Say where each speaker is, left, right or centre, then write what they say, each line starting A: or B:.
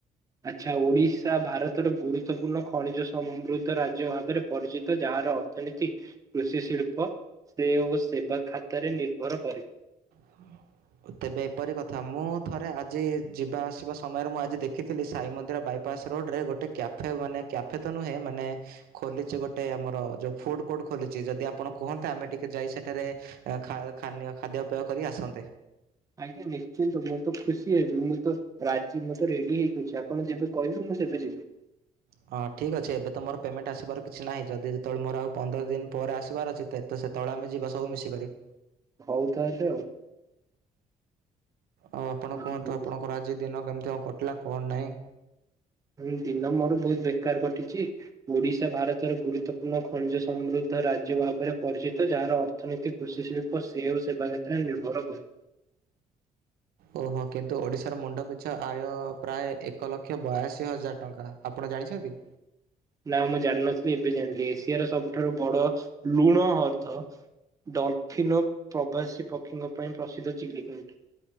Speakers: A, on the right; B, on the right.
A: ଆଚ୍ଛା ଓଡିଶା ଭାରତର ଗୁରୁତ୍ୱପୂର୍ଣ୍ଣ ଖଣିଜ ସମୃଦ୍ଧ ରାଜ୍ୟ ଭାବରେ ପରିଚିତ ଯାହାର ଅର୍ଥନୀତି କୃଷି ଶିଳ୍ପ ସେ ଓ ସେବା ଖାତାରେ ନିର୍ଭର କରେ।
B: ହଁ। ତେବେ ଏପରି କଥା ମୁଁ ଥରେ ଆଜି ଯିବା ଆସିବା ସମୟରେ ମୁଁ ଆଜି ଦେଖିଥିଲି ସାଇ ମନ୍ଦିର ବାଇପ ପାସ୍ ରୋଡ ରେ ଗୋଟେ କ୍ୟାଫେ ମାନେ କ୍ୟାଫେ ତ ନୁହେଁ ମାନେ। ଖୋଲିଛି ଗୋଟେ ଆମର ଯୋଉ ଫୁଡ କୋର୍ଟ ଖୋଲିଛି ଯଦି ଆପଣ କୁହନ୍ତେ ଆମେ ଟିକେ ଯାଇ ସେଠାରେ ଏ ଖା ଖାନୀୟ ଖାଦ୍ୟପେୟ କରି ଆସନ୍ତେ।
A: ଆଜ୍ଞା ନିଶ୍ଚିନ୍ତ ମୁଁ ତ ଖୁସି ହେବି ମୁଁ ତ ରାଜି ମୁଁ ତ ରେଡି ହେଇକି ଅ ଛି ଆପଣ ଯେବେ କହିବେ ମୁଁ ସେବେ ଯିବି।
B: ହଁ ଠିକ୍ ଅଛି ଏବେ ତ ମୋର ପେମେଣ୍ଟ ଆସିବାର କିଛି ନାହିଁ ଯଦି ଯେତେବେଳେ ମୋର ଆଉ ପନ୍ଦର ଦିନ ପରେ ଆସିବାର ଅଛି ତେ ତ ସେତେବେଳେ ଆମେ ଯିବା ସବୁ ମିଶିକରି।
A: ହଉ ତାହେଲେ ଆଉ।
B: ଆଉ ଆପଣ
A: ହୁଁ,
B: କୁହନ୍ତୁ ଆପଣଙ୍କର ଆଜି ଦିନ କେମିତି କଣ କଟିଲା କଣ ନାହିଁ?
A: ହୁଁ ଦିନ ମୋର ବହୁତ ବେକାର କଟିଛି। ଓଡିଶା ଭାରତର ଗୁରୁତ୍ୱପୂର୍ଣ୍ଣ ଖଣିଜ ସମୃଦ୍ଧ ରାଜ୍ୟ ଭାବରେ ପରିଚିତ ଯାହାର ଅର୍ଥନୀତି କୃଷି ଶି ସେଉ ସେବା ଯାତ୍ରା ନିର୍ଭର କରେ।
B: ଓହୋ କିନ୍ତୁ ଓଡ଼ିଶାର ମୁଣ୍ଡ ପିଛା ଆୟ ପ୍ରାୟ ଏକ ଲକ୍ଷ ବୟାଅଶୀ ହଜାର ଟଙ୍କା, ଆପଣ ଜାଣିଛନ୍ତି?
A: ନା ମୁଁ ଜାଣିନଥିଲି ଏବେ ଜାଣିଥିଲି ଏସିଆର ସବୁଠାରୁ ବଡ ଲୁଣ ହର୍ଦ୍ଦ ଡଲଫିନ ପ୍ରବାସୀ ପକ୍ଷୀଙ୍କ ପାଇଁ ପ୍ରସିଦ୍ଧ ଚିଲିକା ଅଟେ।